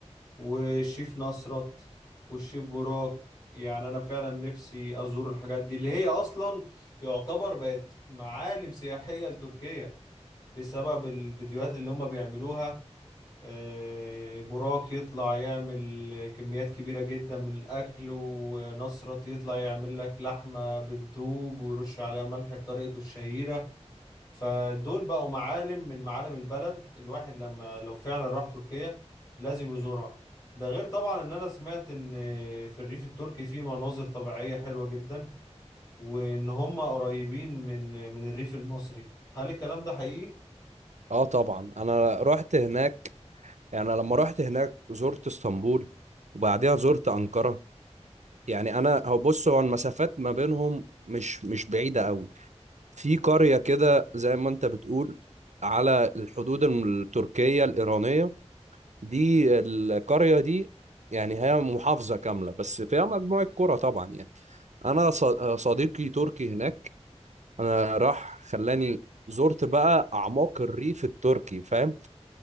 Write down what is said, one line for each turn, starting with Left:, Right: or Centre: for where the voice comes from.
Left: والشيف نصرت والشيف براك يعني انا فعلا نفسي ازور الحاجات دي اللي هي اصلا يعتبر بقت معالم سياحيه لتركيا بسبب الفيديوهات اللي هم بيعملوها آه، براك يطلع يعمل كميات كبيرة جدا من الأكل ونصرت يطلع يعمل لك لحمة بتدوب ويرش عليها ملح بطريقته الشهيرة فدول بقوا معالم من معالم البلد الواحد لما لو فعلا راح تركيا لازم يزورها ده غير طبعا ان انا سمعت ان في الريف التركي في مناظر طبيعية حلوة جدا وان هم قريبين من من الريف المصري هل الكلام ده حقيقي؟
Right: اه طبعا انا رحت هناك يعني لما رحت هناك زرت اسطنبول وبعديها زرت انقره يعني انا هو بص هو المسافات ما بينهم مش مش بعيده قوي في قريه كده زي ما انت بتقول على الحدود التركيه الايرانيه دي القرية دي يعني هي محافظة كاملة بس فيها مجموعة كرة طبعا يعني أنا ص- صديقي تركي هناك أنا راح خلاني زرت بقى أعماق الريف التركي فاهم